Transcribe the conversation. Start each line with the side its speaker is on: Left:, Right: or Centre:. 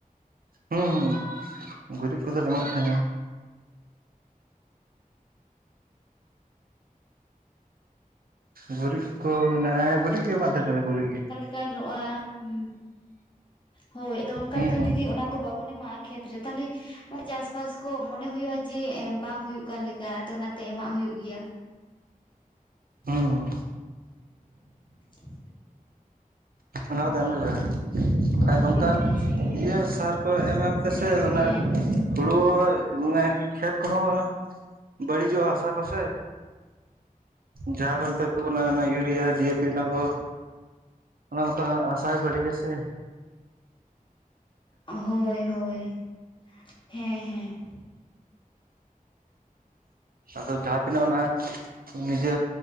Right: ᱦᱩᱸ ᱦᱩᱸ ᱜᱩᱨᱤᱜ ᱠᱚᱫᱚ ᱛᱟᱦᱮᱸᱜᱼᱟ ᱜᱩᱨᱤᱡ ᱠᱚ ᱢᱮᱱᱟᱜᱼᱟ ᱮ ᱜᱩᱨᱤᱡ ᱜᱮ ᱮᱢᱟᱜ ᱛᱟᱦᱮᱱᱟᱞᱮ ᱜᱩᱨᱤᱡ ᱜᱮ
Left: ᱠᱟ ᱧᱮᱞᱚᱜᱼᱟ ᱦᱩᱸ ᱦᱳᱭ ᱟᱫᱚ ᱚᱱᱠᱟ
Right: ᱦᱩᱸ
Left: ᱞᱮᱠᱟ
Right: ᱦᱩᱸ
Left: ᱡᱩᱫᱤ ᱚᱱᱟ ᱠᱚ ᱵᱟᱵᱚᱱ ᱮᱢᱟᱜᱼᱟ ᱠᱷᱮᱛ ᱨᱮ ᱛᱟᱞᱦᱮ ᱪᱟᱥ ᱵᱟᱥ ᱠᱚ ᱢᱚᱱᱮ ᱦᱳᱭᱳᱜ-ᱟ ᱡᱮ ᱮᱸ ᱵᱟᱝ ᱦᱳᱭᱳᱜ ᱠᱟᱱ ᱞᱮᱠᱟ ᱟᱫᱚ ᱚᱱᱟᱛᱮ ᱮᱢᱟᱜ ᱦᱳᱭᱳᱜ ᱜᱮᱭᱟ
Right: ᱚᱦᱚᱸ
Left: <unintelligible>
Right: ᱚᱱᱟ ᱠᱚᱫᱚ ᱮᱢᱜᱮ ᱞᱟᱜᱟᱜᱼᱟ ᱵᱟᱠᱷᱟᱡ
Left: ᱦᱳᱭ
Right: ᱱᱚᱝᱠᱟᱱ
Left: ᱚᱱᱟ ᱦᱤᱥᱟᱹᱵ ᱛᱮ
Right: ᱤᱭᱟᱹ ᱥᱟᱨ ᱠᱚ ᱮᱢ ᱮᱢ ᱛᱮᱥᱮ ᱚᱱᱟ
Left: ᱦᱮᱸ
Right: ᱦᱩᱲᱩ ᱢᱟᱱᱮ ᱠᱷᱮᱛ ᱠᱚᱦᱚᱸ ᱚᱱᱟ ᱵᱟᱹᱲᱤᱡᱚᱜᱼᱟ ᱦᱟᱥᱟ ᱠᱚᱥᱮ ᱡᱟᱦᱟᱸ ᱠᱚ ᱱᱤᱛᱚᱜ ᱛᱩᱜ ᱠᱟᱱᱟ ᱚᱱᱟ ᱤᱭᱩᱨᱤᱭᱟ ᱡᱤ ᱮ ᱯᱤ ᱚᱱᱟ ᱠᱚ ᱚᱱᱟ ᱢᱟᱛᱚ ᱦᱟᱥᱟᱭ ᱵᱟᱹᱲᱤᱡ ᱟᱥᱮ
Left: ᱦᱳᱭ ᱦᱳᱭ ᱦᱮᱸ ᱦᱮᱸ
Right: ᱟᱫᱚ ᱡᱟᱦᱟᱸ ᱛᱤᱱᱟᱹᱜ ᱚᱱᱟ ᱱᱤᱡᱮ